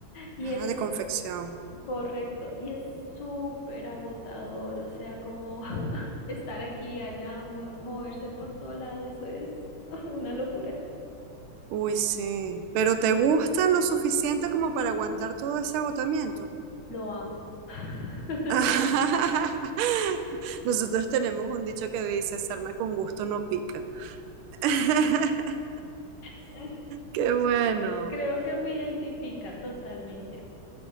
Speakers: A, on the left (about 60°); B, on the right (about 80°).
A: Y
B: Ah,
A: es
B: de confección.
A: correcto, y es súper agotador, o sea, como <laughs> estar aquí, y allá, mue- moverse por todo lado, eso es <laughs> una locura.
B: Uy, sí. ¿Pero te gusta lo suficiente como para aguantar todo ese agotamiento?
A: Lo amo. <laughs>
B: <laughs> Nosotros tenemos un dicho que dice, sarna con gusto no pica. <laughs>
A: Es-
B: Qué bueno.
A: Creo que me identifica totalmente.